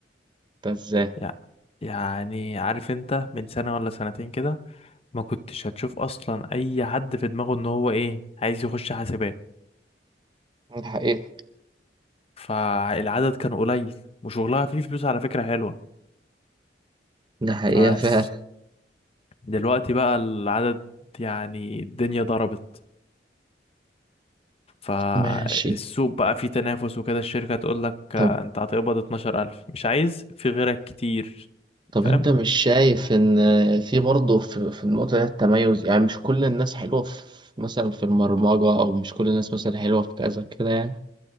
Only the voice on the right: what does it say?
انت ازاي
الحقيقة
ده حقيقة
فعلا
ماشي
طب
طب
انت مش شايف ان في برضه في, في النقطة دي التميز يعني مش كل الناس حلوة في مثلا في البرمجة او مش كل الناس مثلا حلوة في كذا كده